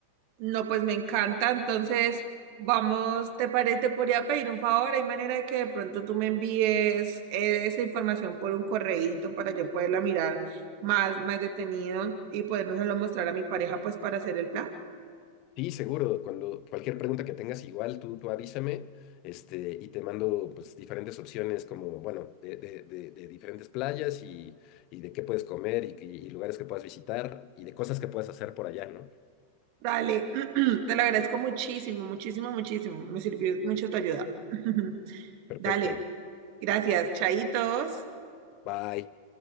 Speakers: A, on the right; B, on the left.
A: no, pues me encanta. Entonces, vamos, ¿te parece? Te podría pedir un favor. Hay manera de que de pronto tú me envíes eh, esa información por un correíto para yo poderla mirar más, más detenido y podérselo mostrar a mi pareja, pues, para hacer el plan.
B: Sí, seguro, cuando cualquier pregunta que tengas igual, tú, tú avísame, este, y te mando pues diferentes opciones como, bueno, de, de, de, de diferentes playas y, y de qué puedes comer y, y lugares que puedas visitar y de cosas que puedas hacer por allá, ¿no?
A: Dale, <clears throat> te lo agradezco muchísimo, muchísimo, muchísimo. Me sirvió mucho tu ayuda. <laughs>
B: Perfecto.
A: Dale, gracias, chaitos.
B: Bye.